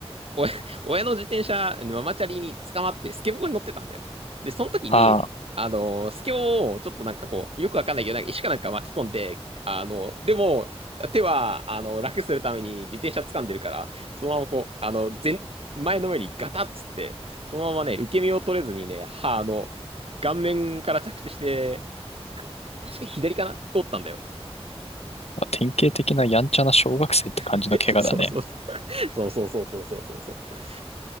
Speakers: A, on the right; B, on the left.
A: 親、<laughs> 親の自転車、ママチャリに捕まって、スケボーに乗ってたんだよ。で、その時に、
B: ああ。
A: あの、スケボーをちょっとなんかこう、よくわかんないけど、なんか石かなんか巻き込んで、あの、でも、手は、あの、楽するために自転車掴んでるから、そのままこう、あの、前、前の上にガタッつって、そのままね、受け身を取れずにね、歯、あの、顔面から着地して、か確か左かな折ったんだよ。
B: 典型的なやんちゃな小学生って感じの怪我だね。
A: <laughs> そうそうそう。そうそうそうそうそうそうそう。